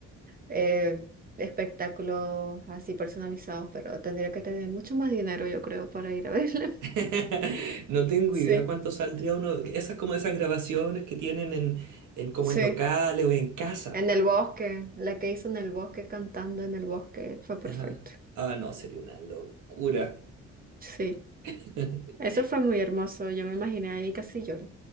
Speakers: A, on the right (about 30°); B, on the right (about 80°).
A: eh, espectáculos así personalizados, pero tendría que tener mucho más dinero, yo creo, para ir a verla. <laughs>
B: <laughs> No tengo
A: Sí,
B: idea cuánto saldría uno. Esas como esas grabaciones que tienen en, en como
A: sí.
B: en locales o en casa.
A: En el bosque, la que hizo en el bosque cantando en el bosque fue perfecto.
B: Ajá. Ah, no, sería una locura.
A: Sí.
B: <laughs>
A: Eso fue muy hermoso, yo me imaginé ahí casi lloro.